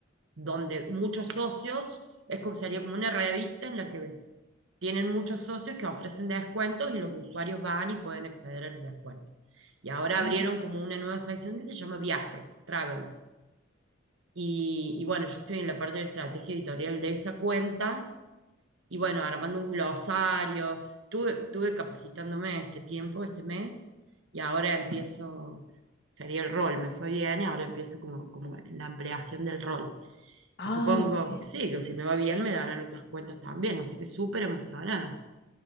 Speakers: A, on the right; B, on the left.
A: donde muchos socios, es como sería como una revista en la que tienen muchos socios que ofrecen descuentos y los usuarios van y pueden acceder a los descuentos. Y ahora
B: Ah,
A: abrieron como una nueva sección que se llama Viajes, Travels. Y, y bueno, yo estoy en la parte de estrategia editorial de esa cuenta y bueno, armando un glosario. Tuve, tuve capacitándome este tiempo, este mes, y ahora empiezo, sería el rol, me fue bien y ahora empiezo como, como la ampliación del rol.
B: ay,
A: Que supongo,
B: qué-
A: sí, que si me va bien me darán otras cuentas también, así que súper emocionada.